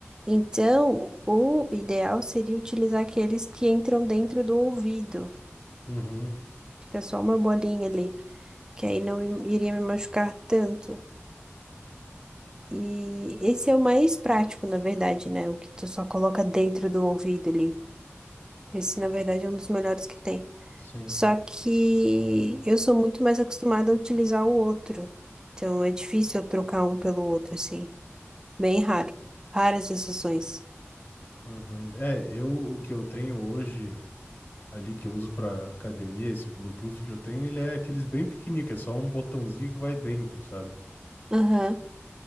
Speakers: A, on the right; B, on the left.
A: Então, o ideal seria utilizar aqueles que entram dentro do ouvido.
B: uhum,
A: Fica só uma bolinha ali, que aí não me- iria me machucar tanto. E esse é o mais prático, na verdade, né? O que tu só coloca dentro do ouvido ali. Esse, na verdade, é um dos melhores que tem.
B: sim.
A: Só que eu sou muito mais acostumada a utilizar o outro. Então, é difícil eu trocar um pelo outro, assim. Bem raro. Raras exceções.
B: Uhum. É, eu o que eu tenho hoje ali que eu uso pra academia, esse Bluetooth que eu tenho, ele é aqueles bem pequenininho, que é só um botãozinho que vai dentro, sabe?
A: Aham.